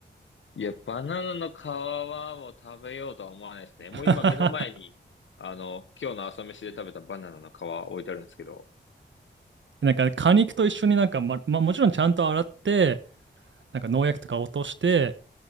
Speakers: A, on the left (about 80°); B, on the right (about 75°).
A: いや、バナナの皮を食べようとは思わないですね。
B: <laughs>
A: もう今目の前に、あの、今日の朝飯で食べたバナナの皮置いてあるんですけど。
B: なんかね果肉と一緒になんか、ま、まあもちろんちゃんと洗って、なんか農薬とか落として、